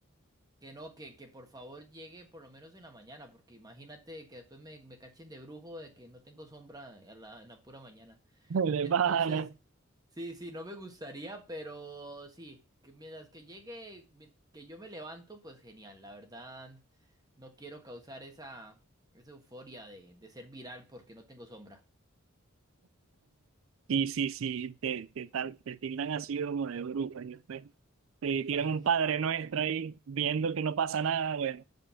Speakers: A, on the right; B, on the right.
A: que no, que, que por favor llegue por lo menos en la mañana, porque imagínate que después me, me cachen de brujo de que no tengo sombra a la- en la pura mañana.
B: De
A: Entonces,
B: pana.
A: sí, sí, no me gustaría, pero sí, que mientras que llegue, mi- que yo me levanto, pues genial, la verdad, no quiero causar esa, esa euforia de, de ser viral porque no tengo sombra.
B: Sí, sí, sí, te, te, tal- te tildan así como de bruja, y después te tiran
A: Ay,
B: un padre nuestro ahí viendo que no pasa nada, bueno,